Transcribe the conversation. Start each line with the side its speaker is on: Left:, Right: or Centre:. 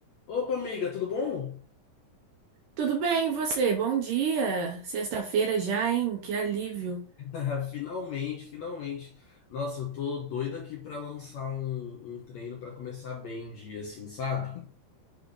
Left: Opa, amiga, tudo bom?
Right: Tudo bem, e você? Bom dia! Sexta-feira já, hein? Que alívio!
Left: <laughs> Finalmente, finalmente. Nossa, eu tô doido aqui pra lançar um, um treino pra começar bem o dia, assim, sabe?